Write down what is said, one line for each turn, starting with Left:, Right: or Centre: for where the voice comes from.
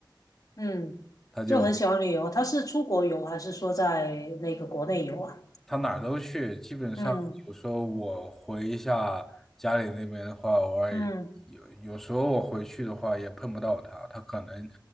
Left: 嗯，
Centre: 她就。
Left: 就很喜欢旅游。他是出国游还是说在那个国内游啊？
Centre: 他哪儿都去，基本上有时候我回一下家里那边的话，
Left: 嗯
Centre: 偶尔也有有时候我回去的话也碰不到他，
Left: 嗯
Centre: 他可能